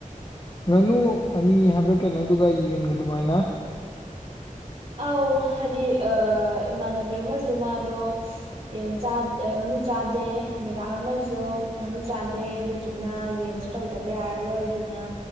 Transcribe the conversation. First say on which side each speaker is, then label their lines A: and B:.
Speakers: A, on the left; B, on the right.
A: ꯉꯥꯅꯨ ꯑꯅꯤ ꯍꯥꯏꯕ꯭ꯔꯥ ꯀꯩꯅꯣꯗꯨꯒ ꯌꯦꯟꯒ ꯑꯗꯨꯃꯥꯏꯅ
B: ꯑꯧ ꯍꯥꯏꯗꯤ ꯏꯃꯥꯟꯅꯕꯤ ꯑꯃꯁ ꯃꯥꯗꯣ ꯌꯦꯟ ꯆꯥꯗ ꯉꯥꯅꯨ ꯆꯥꯗꯦ ꯃꯦꯗꯥꯝ ꯑꯃꯁꯨ ꯉꯥꯅꯨ ꯆꯥꯗꯦ ꯑꯗꯨꯗꯨꯅ ꯌꯦꯟꯁꯨ ꯇꯧꯗꯕ ꯌꯥꯔꯔꯣꯏ ꯗꯨꯅ